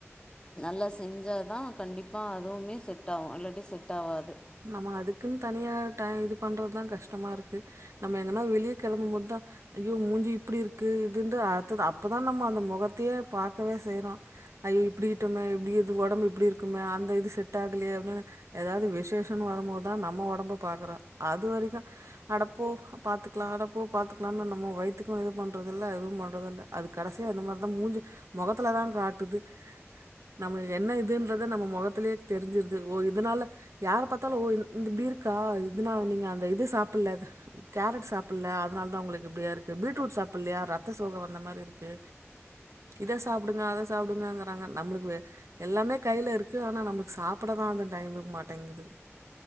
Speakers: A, on the left; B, on the right.
A: நல்லா செஞ்சா தா கண்டிப்பா அதூவ்மே செட் ஆகு இல்லாட்டி செட் ஆகாது
B: நம்ம அதுக்குன் தனியா டை இது பண்றதுதா கஷ்டமாருக்கு நம்ம எங்கன்னா வெளியே கெளம்பும் போதுதா ஐயோ மூஞ்சு இப்டிருக்கு இதுன்டு அத்தது அப்பதா நம்ம அந்த மொகத்தையே பாக்கவே செய்றோ ஐயோ இப்டிக்கிட்டோமே இப்டி இது ஒடம்பு இப்டிருக்கோமே அந்த இது செட் ஆகலையே அப்டின்னு ஏதாவ்து விசேஷோ ஹன் வரும்போத்தா நம்ம ஒடம்ப பாக்றோ அது வரைக்கூ அட போ பாத்துக்லா அட போ பாத்துக்லான்னு நம்ம வயித்துக்கூ எதூ பண்றதில்ல எதூ பண்றதில்ல அது கடசியா இந்த மாரிதா மூஞ்சு மொகத்துல தா காட்டுது நம்ம என்ன இதுன் நம்ம மொகத்திலே தெரிஞ்சிடுது ஓ இதனால யாரப் பாத் த்தல ஓ இந்த் பீர்க்கா இதனா நீங்க அந்த இது சாப்டல கேரட் சாப்டல அத்னால தா உங்களுக்கு இப்டியாய்ருக்கு பீட்ரூட் சாப்டலையா ரத்த சோக வந்த மாரி இருக்கு இத சாப்டுங்க அத சாப்டுங்கங்கிறாங்க நம்மளுக்கு எல்லாமே கைல இருக்கு ஆனா நம்ளுக்கு சாப்பிட தா அது டைமுக் மாட்டேங்குது